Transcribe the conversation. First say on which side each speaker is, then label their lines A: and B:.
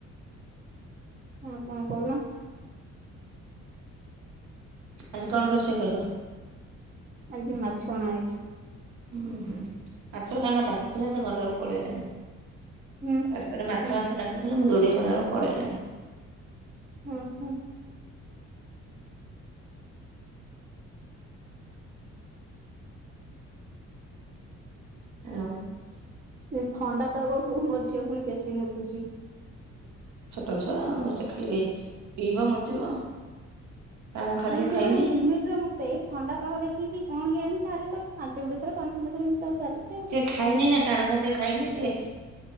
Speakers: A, on the right (about 30°); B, on the right (about 75°).
A: ହଁ କଣ କହୁନ।
B: ଆଜି କଣ ରୋଷେଇ କରିବ?
A: ଆଜି ମାଛ ଅଣା ହେଇଚି।
B: ଉଁ ହୁଁ, ମାଛ ବେଲା ଆମର ଡାକୁଥିଲା ଯେ, ଗଲାବେଳ କୁ ପଳେଇଲେଣି।
A: ହୁଁ
B: ରାସ୍ତାରେ ମାଛ
A: ହୁଁ
B: ମାଛ ଡାକୁଥିଲା, ମୁଁ ଦୌଡ଼ିକି ଗଲା ବେଳକୁ ପଳେଇଲାଣି।
A: ହୁଁ ହୁଁ।
B: ଆଉ
A: ଏ ଥଣ୍ଡା ପାଗକୁ ମୋ ଝିଅ ପୁଣି ବେଶୀ ମୁତୁଚି।
B: ଛୋଟ ଛୁଆ ଆଉ, ସେ ଖାଲି ପିଇବ ମୁତିବ। ତାର ଖାଦ୍ୟ
A: ନାଇଁ, ସେ
B: ଖାଇନି।
A: ଗୋଟେ ଲିମିଟରେ ମୁତି ମୁତେ, ଥଣ୍ଡା ପାଗ ଦେଖିକି କଣ କେଜାଣି, ତାହେଲେ ତ ପାଞ୍ଚ ମିନିଟ ଥରେ ପାଞ୍ଚ ମିନିଟ ଥରେ ଏମିତି ଚାଲିଚି ଆଉ।
B: ସେ ଖାଇନି ନା ଟାଣ ଖାଦ୍ୟ ଖାଇନି, ସେ,